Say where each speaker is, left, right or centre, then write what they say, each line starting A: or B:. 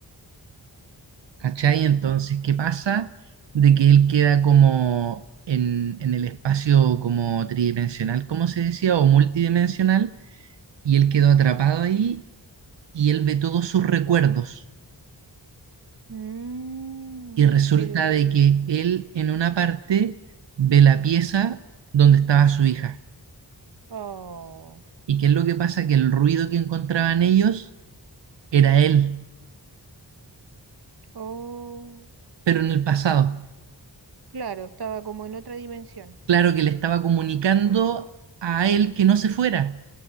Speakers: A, on the right; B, on the right.
A: ¿Cachai? Entonces, ¿qué pasa? De que él queda como en, en el espacio como tridimensional, como se decía, o multidimensional, y él quedó atrapado ahí y él ve todos sus recuerdos.
B: Mmm,
A: Y resulta
B: qué lo-
A: de que él en una parte ve la pieza donde estaba su hija.
B: Oh,
A: ¿Y qué es lo que pasa? Que el ruido que encontraban ellos era él.
B: oh,
A: pero en el pasado.
B: claro, estaba como en otra dimensión.
A: Claro que le estaba comunicando a él que no se fuera